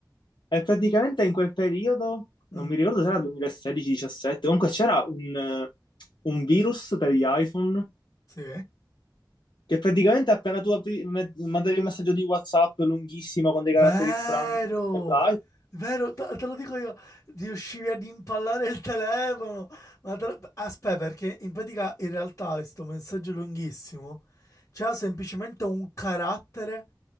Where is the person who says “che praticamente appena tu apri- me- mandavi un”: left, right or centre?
Left